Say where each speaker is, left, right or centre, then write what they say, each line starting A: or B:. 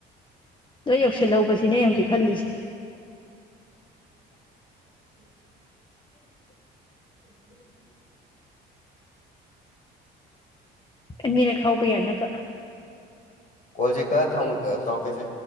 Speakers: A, on the left (about 25°); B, on the left (about 40°).
A: ꯅꯣꯏ ꯌꯧꯁꯤꯜꯍꯧꯕꯁꯤꯅꯦ ꯑꯩ ꯍꯧꯖꯤꯛ ꯈꯜꯂꯤꯁꯦ
B: <inaudible>
A: ꯑꯅꯤꯔꯛ ꯈꯥꯎꯕ ꯌꯥꯅꯕ
B: ꯀꯣꯜꯁꯦ ꯀꯛꯑ ꯊꯝ ꯇꯧꯔꯛꯀꯦꯁꯦ